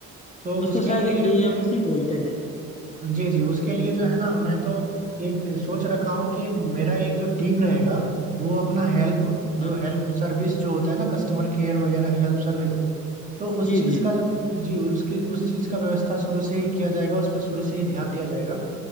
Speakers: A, on the right (about 25°); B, on the left (about 25°).
A: तो
B: उसको
A: उसके
B: शायद
A: लिए
B: एएमसी
A: मुझे
B: बोलते हैं
A: जी जी उसके लिए जो है ना मैं तो एक सोच रखा हूँ कि मेरा एक जो टीम रहेगा वो अपना हेल्प
B: हाँ
A: जो हेल्प सर्विस जो होता है ना कस्टमर केयर वगैरह हेल्प सर्विस तो उस
B: जी
A: चीज
B: जी जी
A: का जो जी उसकी उस चीज का व्यवस्था शुरू से ही किया जाएगा उस पर शुरू से ही ध्यान दिया जाएगा